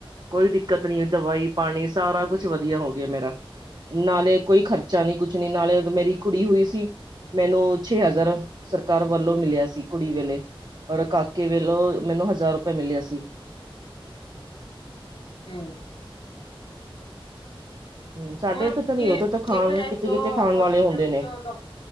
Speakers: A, on the right; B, on the left.
A: ਕੋਈ ਦਿੱਕਤ ਨੀ ਏ ਦਵਾਈ, ਪਾਣੀ ਸਾਰਾ
B: ਹਮ
A: ਕੁਛ ਵਦੀਆ ਹੋ ਗੇਆ ਮੇਰਾ। ਨਾਲੇ ਕੋਈ ਖਰਚਾ ਨੀ, ਕੁਛ ਨੀ, ਨਾਲੇ ਗ ਮੇਰੀ ਕੁੜੀ ਹੋਈ ਸੀ, ਮੈਨੂੰ ਛੇ ਹਜ਼ਾਰ ਸਰਕਾਰ ਵੱਲੋਂ ਮਿਲੇਆ ਸੀ ਕੁੜੀ ਵੇਲੇ, ਔਰ ਕਾਕੇ ਵੇਲੋਂ ਮੈਨੂੰ ਹਜ਼ਾਰ ਰੁਪਏ ਮਿਲੇਆ ਸੀ।
B: ਹੂੰ।
A: ਹਮ ਸਾਡੇ
B: ਹੋਰ
A: ਇੱਥੇ
B: ਜੇ
A: ਤਾਂ ਨੀ ਉੱਥੇ ਤਾਂ ਖਾਣ
B: ਦੇਖਿਆ ਜਾਏ
A: ਕਿਤੇ
B: ਜੋ
A: ਕਿਤੇ ਖਾਣ
B: ਹੋਸਪਿਟਲ
A: ਵਾਲੇ ਹੁੰਦੇ
B: ਵਿੱਚ
A: ਨੇ
B: ਜੋ ਡਾਕ